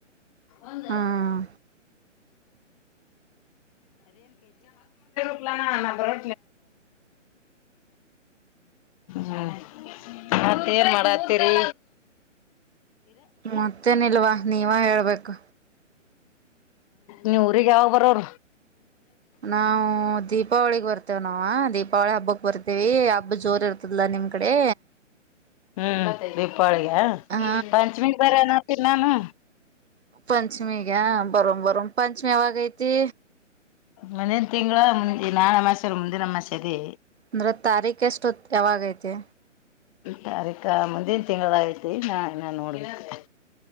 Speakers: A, on the left; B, on the right.
A: ಒಂದು
B: ಹ್ಮ್
A: ಬರೋ ಹ ಮತ್ತಏನ್ ಮಾಡ ಸರಿ
B: ಮತ್ತೇನ್ಲ್ವಾ ನೀವ ಹೇಳ್ಬೇಕು
A: ನೀ ಊರಿಗ ಯಾವ ಬರೋರ
B: ನಾವವು ದೀಪಾವಳಿಗ್ ಬರ್ತೇವ ನಾವ ದೀಪಾವಳಿ ಹಬ್ಬಕ್ ಬರ್ತೇವಿ ಹಬ್ಬ ಜೋರ್ ಇರ್ತದಲ ನಿಮ್ ಕಡೆ
A: ಹ್ಮ್ ದೀಪಾವಳಿಗೆ
B: ಹಾ
A: ಪಂಚಮಿ ಬರನೋತ ನಾನು
B: ಪಂಚಮಿ ಗ ಬರೋ ಬರ ಪಂಚಮಿ ಯಾವಾಗ ಐತಿ
A: ಮಂದನ್ ತಿಂಗಳ ನಾಳೆ ಮಾಸ ಮುಂದಿನ ಮಾಸ ಅದೇ
B: ಅಂದ್ರೆ ತಾರೀಖ ಎಷ್ಟು ಯಾವಾಗೈತಿ
A: ತಾರೀಕ ಮುಂದಿನ ತಿಂಗಳಾಯತಿ ನಾ ಇನ್ನ ನೋಡ್ಲಿಕ್ಕೆ